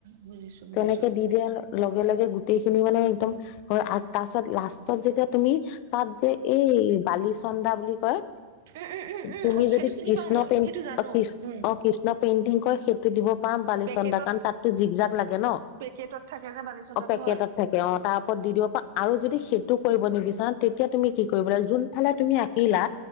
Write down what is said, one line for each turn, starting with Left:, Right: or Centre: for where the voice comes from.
Right: বুজিছো-বুজিছো।
Left: তেনেকে দি দিয়াৰ লগে লগে গোটেইখিনি মানে একদম হয় তাৰপিছত লাষ্ট ত যেতিয়া তুমি তাত যে এই বালিচ চন্দা বুলি কয়।
Right: উম-উম-উম-উম-উ
Left: তুমি যদি
Right: সেইটো চিনি
Left: কৃষ্ণ
Right: পাও মই
Left: পেইন
Right: সেইটো জানো
Left: কৃষ্ণ
Right: উম
Left: অ কৃষ্ণ <unintelligible> সেইটো দিব পাম পালি
Right: পেকেটত
Left: চন্দা কাৰণ তাতো জিজাক ন'
Right: পেকেটত থাকে যে বালিচন্দাটো
Left: অ', পেকেটত
Right: হয়
Left: থাকে অ', তাৰ ওপৰত দি দিব পা আৰু যদি সেইটো কৰিব নিবিচা তেতিয়া তুমি কি কৰিব লাগা যোন ফালে তুমি আঁকিলা